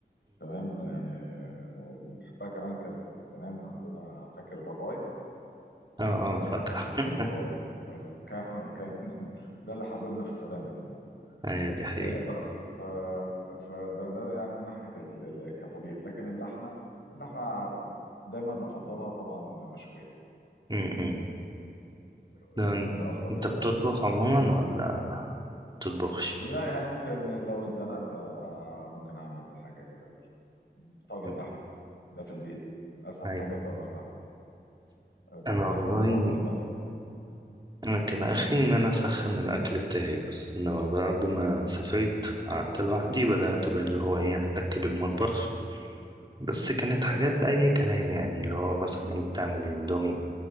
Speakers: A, on the left; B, on the right.
A: تمام يعني وبحبها كمان كانت زمان عندنا فاكر باباي
B: اه اه فاكهة
A: كرتون باباي آه، كان كان <laughs> ده اللي حببنا في السبانخ زمان
B: ايوه دي حقيقة
A: آه، بس ف فده ده يعني من ناحية ال... ال... كطبيخ لكن اللحمة اللحمة دايما افضلها طبعا مشوية
B: م- م.
A: يعني
B: ده انت
A: افضل
B: أنت
A: طريقة
B: بتطبخ
A: لل-
B: عموما
A: للحمة
B: ولا بتطبخش
A: لا يعني ممكن لو اتزنقت آه، ممكن اعمل حاجه كده كل طاجن
B: م.
A: لحمه بس ده في البيت اسهل
B: ايوه
A: حاجه تقدر تعمل آه، طاجن
B: انا
A: لحمه
B: والله
A: بالب- بالبصل
B: انا كان
A: بس
B: اخري
A: يعني
B: ان انا اسخن الاكل بتاعي بس انما بعد ما سافرت قعدت لوحدي بدأت باللي هو ايه احتك بالمطبخ بس كانت حاجات
A: طبعا
B: اي كلام يعني اللي هو مثلا ايه بتعمل اندومي